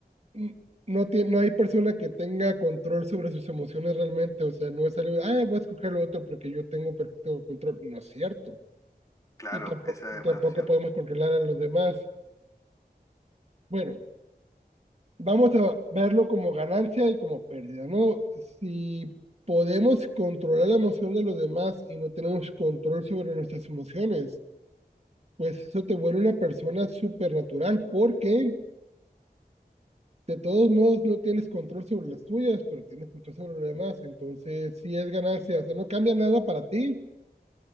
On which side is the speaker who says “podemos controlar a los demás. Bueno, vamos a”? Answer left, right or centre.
Right